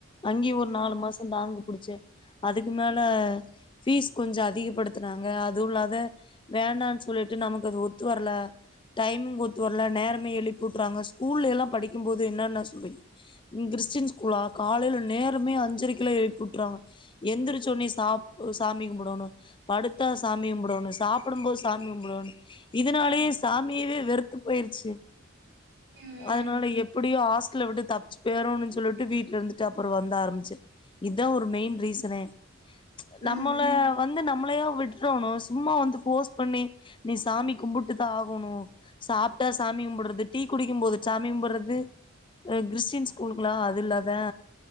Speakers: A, on the left; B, on the right.
A: அங்கயு
B: ம்,
A: ஒரு நாலு மாசோ தாக்கு புடிச்சே அதுக்கு மேல ஃபீஸ் கொஞ்சோ அதிகப்படுத்துனாங்க அதுவு இல்லாத வேன்னானு சொல்லிட்டு நமக்கு அது ஒத்து வரல டைம்மிங் ஒத்து வரல நேரமே எழுப்பிவுற்றாங்க ஸ்கூல்ல எல்லா படிக்கு போது என்ன என்ன சொல்வி கிறிஸ்டின் ஸ்கூல்லா காலையில நேரமே அஞ்சரைக்கில்லா எழுப்பி விட்றாங்க எந்திரிச்வுடனே சாப் சாமி கும்புடோணு படுத்தா சாமி கும்புடோணு சாப்புடு போது சாமி கும்புடுணு இதனாலேயே
B: ம், ம்,
A: சாமியவே வெறுத்து போயிறிச்சி
B: ஆ, ம், ம்,
A: அதனால எப்டியோ ஹாஸ் ஸ்டல்ல விட்டு தப்பிச்சி போயிரேனு சொல்லிட்டு வீட்ல இருந்துட்டு அப்றோ வந்த ஆரம்பிச்சே இதா ஒரு மெயின் ரீசன்னே
B: ம்,
A: நம்மள வந்து நம்மளையா விட்றோணு சும்மா வந்து போஸ் பண்ணி நீ சாமி கும்புட்டு தா ஆகணு சாப்ட்டா சாமி கும்டுறது டீ குடிக்கு போது சாமி கும்புடுறது கிறிஸ்டின் ஸ்கூல்லுங்கல அது இல்லாதா